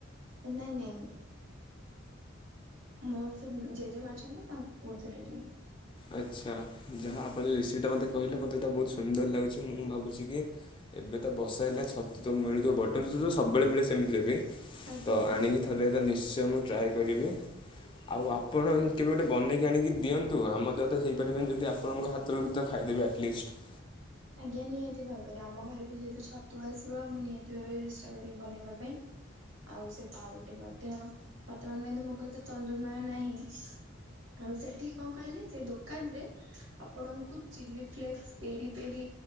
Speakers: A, on the right; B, on the left.
A: ନାଇଁ ନାଇଁ ମୋ ସେ ଜେଜେମା ଅଛନ୍ତି ତାଙ୍କୁ କହୁଥିଲି ଟିକେ
B: ଆଚ୍ଛା ଯାହା ଆପଣ ରେସିପି ଟା ମୋତେ କହିଲେ ମୋତେ ଏଇଟା ବହୁତ ସୁନ୍ଦର ଲାଗୁଛି ମୁଁ ଭାବୁଛି କି ଏବେ ତ ବର୍ଷାଦିନେ ଛତୁ ତ ମିଳୁଥିବ ବଟନ୍ ଛୁତୁଥିବ ସବୁବେଳେ ମିଳେ ସେମିତିରେ ବି
A: ଆଜ୍ଞା
B: ତ
A: ଆଜ୍ଞା।
B: ଆଣିକି ଥରେ ଏଟା ନିଶ୍ଚୟ ମୁଁ ଟ୍ରାଏ କରିବି ଆଉ ଆପଣ କେବେ ଗୋଟେ ବନେଇକି ଆଣିକି ଦିଅନ୍ତୁ ଆମର ତ ହେଇପାରିବନି ଯଦି ଆପଣଙ୍କ ହାତରୁ ତ ଖାଇଦେବେ ଆଟ୍ଲିଷ୍ଟ
A: ଆଜ୍ଞା ନିହାତି ଭାବରେ ଆମ ଘରେ ବି ଯେହେତୁ ଛତୁ ଆସିବ ମୁଁ ନିହାତି ଭାବରେ ଚେଷ୍ଟା କରିବି ବନେଇବା ପାଇଁ ଆଉ ସେ ପାଉରୁଟି ମଧ୍ୟ ବର୍ତ୍ତମାନ ପାଇଁ ତ ମୋ ପାଖରେ ତ ତନ୍ଦୁରମୟ ନାହିଁ ଆଉ ସେଠିକି କଣ କହିଲେ ସେ ଦୋକାନ ରେ ଆପଣଙ୍କୁ chilli flakes peri peri